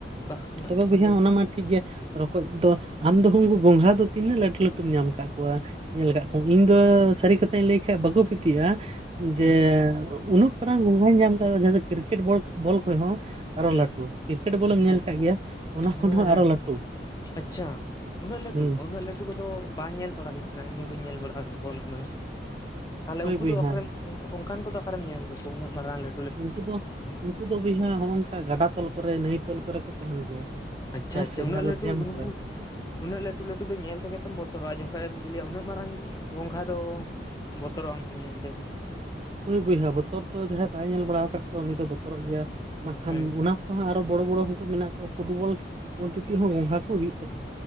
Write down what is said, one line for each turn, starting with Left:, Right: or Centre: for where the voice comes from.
Left: ᱵᱟᱠᱷᱟᱱ
Right: ᱛᱚᱵᱮ ᱵᱳᱭᱦᱟ
Left: ᱟᱫᱚ
Right: ᱚᱱᱟ ᱢᱟ ᱴᱷᱤᱠ ᱜᱮᱭᱟ ᱨᱚᱠᱚᱡ ᱫᱚ ᱟᱢ ᱫᱚᱠᱩ ᱜᱩᱝᱜᱷᱟ ᱫᱚ ᱛᱤᱱᱟᱹᱜ ᱞᱟᱹᱴᱩ ᱞᱟᱹᱴᱩᱢ ᱧᱟᱢ ᱟᱠᱟᱫ ᱠᱚᱣᱟ᱾ ᱧᱮᱞ ᱟᱠᱟᱫ ᱠᱚ ᱤᱧ ᱫᱚ ᱥᱟᱹᱨᱤ ᱠᱟᱛᱷᱟᱧ ᱞᱟᱹᱭ ᱠᱷᱟᱡ ᱵᱟᱠᱚ ᱯᱤᱛᱩᱜᱼᱟ
Left: ᱦᱩᱸ
Right: ᱡᱮ ᱩᱱᱟᱹᱜ ᱢᱟᱨᱟᱝ ᱜᱚᱸᱜᱷᱟᱧ ᱧᱟᱢ ᱠᱟᱜ ᱠᱳᱣᱟ ᱡᱟᱦᱟᱸ ᱫᱚ ᱠᱨᱤᱠᱮᱴ ᱵᱚᱞ ᱠᱷᱚᱡ ᱦᱚᱸ᱾ ᱟᱨᱚ
Left: ᱦᱩᱸ
Right: ᱞᱟᱹᱴᱩ ᱠᱨᱤᱠᱮᱴ ᱵᱚᱞᱮᱢ
Left: ᱟᱪᱪᱷᱟ
Right: ᱧᱮᱞ
Left: ᱟᱪᱪᱷᱟ
Right: ᱠᱟᱜ ᱜᱮᱭᱟ᱾ ᱚᱱᱟ
Left: ᱦᱮᱸ
Right: ᱠᱷᱚᱱ ᱦᱚᱸ
Left: ᱦᱮᱸ
Right: ᱟᱨᱚ ᱞᱟᱹᱴᱩ᱾
Left: ᱟᱪᱪᱷᱟ ᱩᱱᱟᱹᱜ ᱞᱟᱹᱴᱩ
Right: ᱦᱩᱸ
Left: ᱞᱟᱹᱴ᱾ ᱛᱩ ᱠᱚᱫᱚ ᱵᱟᱝ ᱧᱮᱞ ᱵᱟᱲᱟ ᱦᱩᱭ ᱠᱟᱱᱟ ᱤᱧᱦᱳ ᱵᱟᱹᱧ ᱧᱮᱞ ᱵᱟᱲᱟ ᱟᱠᱟᱫ ᱠᱚᱣᱟ ᱩᱱᱟᱹᱜ ᱢᱟᱨᱟᱝ ᱛᱟᱦᱚᱞᱮ
Right: ᱦᱳᱭ
Left: ᱩᱱᱠᱩ
Right: ᱵᱚᱭᱦᱟ
Left: ᱫᱚ ᱚᱠᱟᱨᱮᱢ ᱚᱱᱠᱩ ᱚᱱᱠᱟ ᱠᱚ ᱫᱚ ᱚᱠᱟᱨᱮᱢ ᱧᱮᱞ ᱠᱮᱫ ᱠᱚ ᱩᱱᱟᱹᱜ ᱢᱟᱨᱟᱝ ᱞᱟ
Right: ᱩᱱᱠᱩ ᱫᱚ ᱩᱱᱠᱩ ᱫᱚ ᱵᱚᱭᱦᱟ ᱦᱚᱸᱜᱼᱚᱭ ᱜᱟᱰᱟ ᱛᱚᱞ ᱠᱚᱨᱮ ᱱᱟᱹᱭ ᱛᱚᱞ ᱠᱚᱨᱮ ᱠᱚ ᱛᱟᱦᱮᱱ ᱜᱮᱭᱟ᱾
Left: ᱟᱪᱪᱷᱟ
Right: ᱦᱮᱸ
Left: ᱟᱪᱪᱷᱟ
Right: ᱥᱮ
Left: ᱩᱱᱟᱹᱜ
Right: ᱡᱟᱦᱟᱸ
Left: ᱞᱟᱹᱴᱩ
Right: ᱫᱚ ᱰᱮᱢ
Left: ᱩᱱ
Right: ᱠᱚᱨᱮ
Left: ᱩᱱᱟᱹᱜ ᱞᱟᱹᱴᱩ ᱞᱟᱹᱴᱩ ᱫᱚ ᱧᱮᱞ ᱛᱮ ᱜᱮ ᱛᱚᱢ ᱵᱚᱛᱚᱨᱚᱜᱼᱟ᱾ ᱡᱚᱠᱷᱮ ᱮᱢ ᱡᱮᱞᱤᱭᱟ ᱩᱱᱟᱹᱜ ᱢᱟᱨᱟᱝ ᱤ ᱜᱚᱝᱜᱷᱟ ᱫᱚ᱾ ᱵᱚᱛᱚᱨᱚᱜ ᱟᱢ ᱧᱮᱞ ᱛᱮᱜᱤ
Right: ᱦᱩᱭ ᱵᱚᱭᱦᱟ ᱵᱚᱛᱚᱨ ᱫᱚ ᱡᱟᱦᱟᱸᱭ ᱵᱟᱭ ᱧᱮᱞ ᱵᱟᱲᱟ ᱟᱠᱟᱫ ᱠᱚᱣᱟ ᱩᱱᱤ ᱫᱚ ᱵᱚᱛᱚᱨᱚᱜ ᱜᱮᱭᱟ ᱵᱟᱝ ᱠᱷᱟᱱ
Left: ᱦᱩᱸ
Right: ᱚᱱᱟ᱾ ᱟᱨᱚ ᱵᱚᱲᱚ ᱵᱚᱲᱚ ᱦᱚᱸᱠᱚ ᱢᱮᱱᱟᱜ ᱠᱚᱟᱜᱣᱟ ᱯᱷᱩᱴᱵᱚᱞ ᱩᱱᱛᱮ ᱛᱤᱛᱤ ᱦᱚᱸ ᱜᱚᱸᱜᱷᱟ ᱠᱚ ᱦᱩᱭᱩᱜ